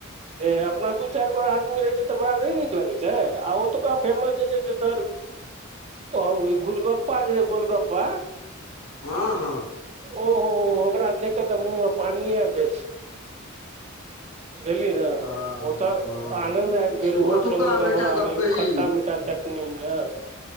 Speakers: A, on the right; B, on the left.
A: ए अपना दू चार गो आदमी रहे छै तऽ बड़ा ने नीक लगे छै आ ओतुका फेमस जे छै से सर की कहुँ ओ ई गुलगप्पा, जेए गोलगप्पा
B: हँ -हँ
A: ओ हो -हो ओकरा देख कऽ तऽ मुँह मे पानिए आइब जाइ छै। बुझलियै ने
B: हँ
A: ओतऽ
B: हँ
A: आनद आबि गेल
B: से ओतुका
A: ओहो खेलहु
B: हम
A: तऽबाहरे
B: एकटा गप कही
A: खट्टा मीठा चट निया